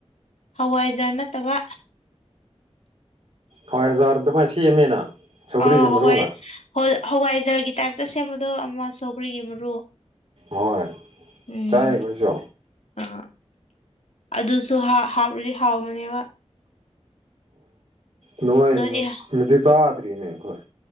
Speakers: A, on the left (about 75°); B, on the right (about 60°).
A: ꯍꯋꯥꯏꯖꯔ ꯅꯠꯇꯕ
B: ꯍꯋꯥꯏꯖꯥꯔ ꯑꯗꯨꯃꯥꯏꯅ ꯁꯦꯝꯃꯦꯅ ꯁꯧꯒ꯭ꯔꯤꯒꯤ
A: ꯑ ꯍꯋꯥꯏ
B: ꯃꯔꯨꯅ
A: ꯍ ꯍꯋꯥꯏꯖꯔꯒ ꯇꯥꯏꯞꯇꯁꯦ ꯑꯃꯗꯨ ꯑꯃ ꯁꯧꯒꯔꯤꯒꯤ ꯃꯔꯔ
B: ꯍꯣꯏ
A: ꯎꯝ
B: ꯆꯥꯏ ꯑꯩꯈꯣꯏꯁꯨ
A: ꯑ ꯑꯗꯨꯁꯨ ꯍꯥꯞꯄꯗꯤ ꯍꯥꯎꯕꯅꯦꯕ
B: ꯅꯅꯨꯡꯉꯥꯏ
A: ꯅꯣꯏꯗꯤ
B: ꯅꯗꯤ ꯆꯥꯗꯔꯤꯅꯦꯈꯣꯏ